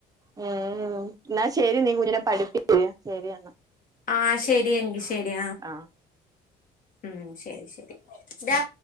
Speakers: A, on the right; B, on the left.
A: ഉം എന്നാ ശരി നീ കുഞ്ഞിനെ പഠിപ്പി ശരി എന്ന
B: ആഹ് ശരിയങ്കി ശരി
A: ആഹ്
B: ഉം ശരി ശരി ഡാ